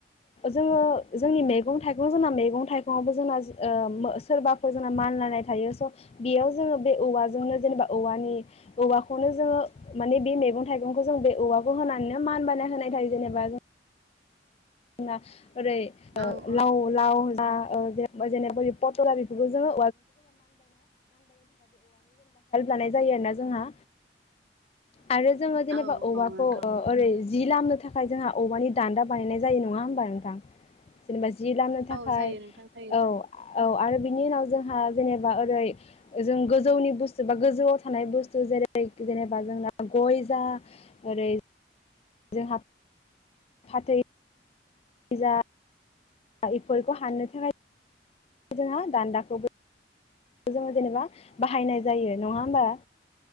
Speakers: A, on the left (about 35°); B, on the right (about 75°).
A: जोङो जोंनि मेगं-थाइगं जोंना मैगं-थाइ गङावबो जोंना ओ सोरबाफोर जोंना मानलायनाय थायो स' बेयाव जोङो बे औवाजोंनो जेनेबा औवानि औवाखौनो जोङो माने बे मैगं थाइगंखौ जों बे औवाखौ होनानैनो मान बायनो होनाय जायो जेनेबा जों <unintelligible> ओरै
B: औ औ
A: लाव-लाव जा <unintelligible> हेल्प लानाय जायो आरोना जोंहा। आरो जोङो जेनेबा
B: औ
A: औवाखौ
B: औ नोंथां
A: ओ ओरै जि लामनो थाखाय जोंहा औवानि दान्दा बानायनाय। जायो नङा होमबा नोंथां? जेनेबा जि लामानो थाखाय
B: औ जायो
A: औ
B: नोंथां जायो
A: औ आरो बिनि उनाव जोंहा जेनेबा ओरै जों गोजौनि बुस्थु बा गोजौआव थानाय बुस्थु जेरै जेनेबा जोंना गय जा ओरै जोंहा। फाथै। जा। ओ इफोरखौ हाननो थाखाय जोंहा दान्दाखौबो। जोङो जेनेबा बाहायनाय जायो नङा होमबा?